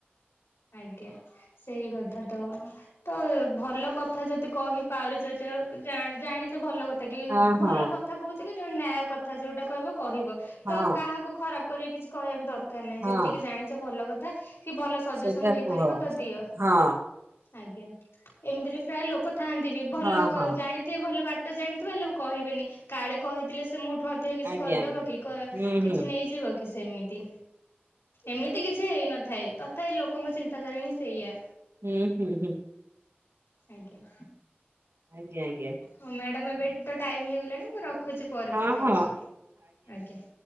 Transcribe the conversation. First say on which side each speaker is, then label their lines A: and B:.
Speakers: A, on the left; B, on the right.
A: ଆଜ୍ଞା ସେଇ କଥା ତ ତ ଭଲ କଥା ଯଦି କହି ପାରୁଛ ଯ ଉ ଜାଣିଛେ ଭଲ କଥା ତାକି
B: ହଁ ହଁ
A: ଭଲ କଥା କହୁଛି କି ଜଣେ ନ୍ୟାୟ କଥା ଯୋଉଟା କହିବ କହିବ
B: ହଁ
A: ତ କାହାକୁ ଖରାପ କରି କିଛି କହିବା ବି ଦରକାର ନାହିଁ
B: ହଁ
A: ଯେତିକି ଜାଣିଛ ଭଲ କଥା କି ଭଲ ସଜେସନ
B: ସେଇଟା
A: ଦେଇପାରିବ
B: କୁହ।
A: ତ ଦିଅ
B: ହଁ
A: ଆଜ୍ଞା ଏମିତିରେ ବି ପ୍ରାୟ ଲୋକ ଥାଆନ୍ତି ବି ଭଲକ
B: ହଁ ହଁ
A: ଜାଣି ତିଭଲ ବାଟ ଜାଣିଥିବେ ହେଲେ କହିବେନି କାଳେ କହିଥିଲେ ସେ ମୁଁ ଠୁ ଅଧିକ କିଛି
B: ଆଜ୍ଞା
A: କରିଦବ
B: ଆଜ୍ଞା।
A: କି କ
B: ହୁଁ
A: କିଛି
B: ହୁଁ
A: ନେଇଯିବ କି ସେମିତି ଏମିତି କିଛି ହେଇନଥାଏ ତଥାପି ଲୋକଙ୍କ ଚିନ୍ତାଧାରା ହିଁ ସେଇଆ
B: ହୁଁ ହୁଁ ହୁଁ।
A: ଆଜ୍ଞା।
B: ଆଜ୍ଞା ଆଜ୍ଞା।
A: ହଁ ମ୍ୟାଡାମ ଏବେ ତ ଟାଇମ ହେଇଗଲାଣି ମୁଁ ରଖୁଛି। ପରେ
B: ହଁ
A: କଥା
B: ହଁ
A: ହଉଛି ଆଜ୍ଞା।